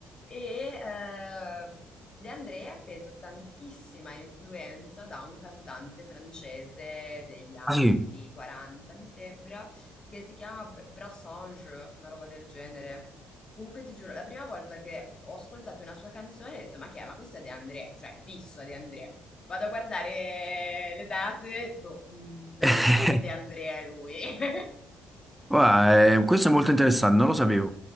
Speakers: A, on the left; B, in the centre.
A: E ehm, De André ha preso tantissima influenza da un cantante francese degli anni
B: Ah sì,
A: 40, mi sembra che si chiama B- Brassange, una roba del genere. Comunque ti giuro, la prima volta che ho ascoltato una sua canzone ho detto, ma che è? Ma questa è De André, cioè fissa De André. Vado a guardare le date, tipo, "Mm, no,
B: <laughs>
A: mi sa che De André è lui. <laughs>
B: Guarda, eh, questo è molto interessante, non lo sapevo,